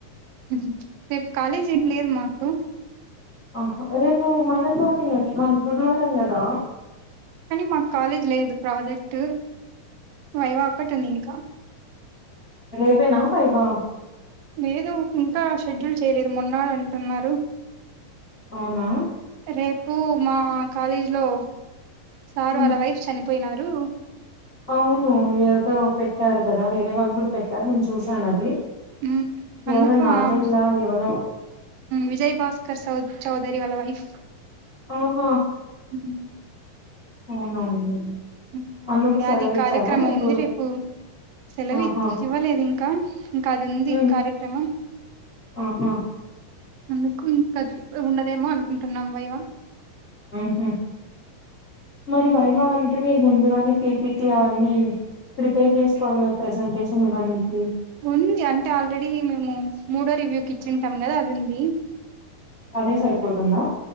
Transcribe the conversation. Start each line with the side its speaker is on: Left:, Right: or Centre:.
Right: ఉమ్ రేపు కాలేజ్ ఏం లేదు మాకు
Left: ఆహ రేపు మంగళవారం <unintelligible> బుధవారం కదా
Right: కనీ మాకు కాలేజ్ లేదు, ప్రాజెక్ట్ వైవా ఒక్కటి ఉంది ఇంకా.
Left: రేపే నా వైవా
Right: లేదు ఇంకా షెడ్యూల్ చేయలేదు, మొన్నాళ్ళ అంటున్నారు.
Left: అవునా
Right: రేపు మా కాలేజీ లో సార్
Left: ఉమ్,
Right: వాళ్ళ వైఫ్ చనిపోయినారు.
Left: అవును ఏదో పెట్టారు కదా, వేరే వాళ్ళు కూడా పెట్టారు నేను చూసాను అది.
Right: ఉమ్ అందుకు
Left: ఎవరో నాదెల్లా
Right: ఆమ్
Left: ఎవరో
Right: విజయ్ భాస్కర్ సౌద్ చౌధరీ వాళ్ళ వైఫ్
Left: ఓహో
Right: ఉహు
Left: అవునవును
Right: అవునండి
Left: అందుకు సెలవు
Right: అది
Left: ఇచ్చారా
Right: కార్యక్రమం
Left: మీకు
Right: ఉంది రేపు సెలవు
Left: ఆహా
Right: ఇచ్ ఇవ్వలేదు ఇం కా ఇంకా అది ఉంది
Left: ఉమ్,
Right: కార్యక్రమం.
Left: ఆహా
Right: అందుకు ఇంకా ఉండదేమో అనుకుంటున్నాం వైవా
Left: ఉహు మరి వైవా అంటే మీరు ముందుగానే పిపిటీ అవన్నీ ప్రిపేర్ చేసుకోవాలి కదా ప్రజెంటేషన్ ఇవ్వనికి
Right: ఉంది అంటే ఆల్రెడీ మేము మూడో రివ్యూకి ఇచ్చింటాం కదా అది ఉంది.
Left: అదే సరిపోతుందా?